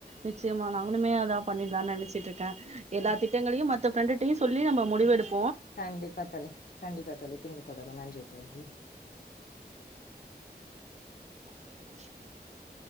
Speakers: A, on the right; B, on the left.
A: நிச்சயமா நாங்களுமே அதா பண்ணிலானு நெனைச்சிட்டு இருக்கே எல்லா
B: ஆ
A: திட்டங்களையும் மத் த ஃப்ரெண்டுடையு சொல்லி நம்ம முடிவு எடு
B: கண்டிப்பா தோழி கண்டிப்பா தோழி பின்பு தொடரும் நன்றி தோழி
A: <unintelligible>